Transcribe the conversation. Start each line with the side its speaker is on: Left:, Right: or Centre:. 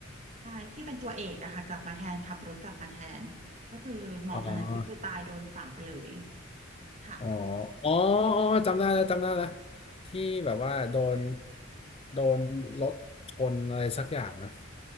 Right: ตายที่เป็นตัวเอกอะค่ะกลับมาแทนขับรถกลับมาแทนก็คือหมอคนนั้นก็คือตายโดนฝังไปเลย
Left: อ๋อ
Right: ค่ะ
Left: อ๋ออ๋ออ๋อจำได้แล้วจำได้แล้วที่แบบว่าโดนโดนรถชนอะไรสักอย่างนะ